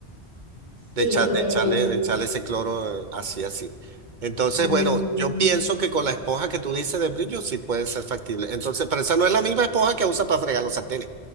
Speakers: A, on the right (about 20°); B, on the right (about 45°).
A: Sí,
B: de, echar-
A: pues
B: de
A: es
B: echarle,
A: que
B: de echarle ese cloro eh, así, así. Entonces,
A: mm,
B: bueno, yo pienso que con la esponja que tú dices de brillo sí puede ser factible. Entonces, pero esa no es la misma esponja que usa para fregar los sartenes.